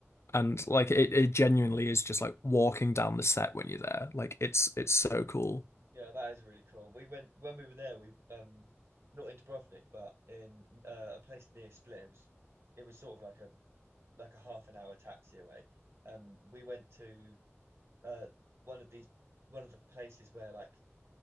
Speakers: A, on the left; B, on the right.
A: and like it, it genuinely is just like walking down the set when you're there. Like it's it's so cool.
B: yeah that is really cool we went when we were there we um not in Dubrovnik but in uh, a place near Split it was it was sort of like a like a half an hour taxi away. Um, we went to uh one of these one of the places where like